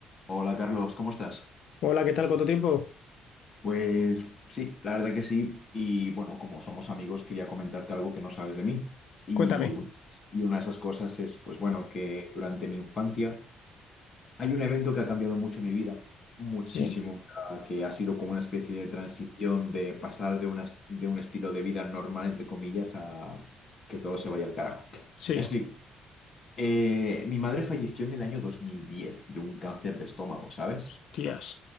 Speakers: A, on the left (about 35°); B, on the left (about 75°).
A: Hola Carlos, ¿cómo estás?
B: Hola, ¿qué tal? ¿Cuánto tiempo?
A: Pues sí, la verdad que sí. Y bueno, como somos amigos, quería comentarte algo que no sabes de mí. Y,
B: Cuéntame.
A: un- y una de esas cosas es, pues bueno, que durante mi infancia hay un evento que ha cambiado mucho mi vida, muchísimo,
B: Sí,
A: o sea, que ha sido como una especie de transición de pasar de, una, est- de un estilo de vida normal, entre comillas, a que todo se vaya al carajo.
B: sí.
A: Me explico. Eh, mi madre falleció en el año 2010 de un cáncer de estómago, ¿sabes?
B: Hostias.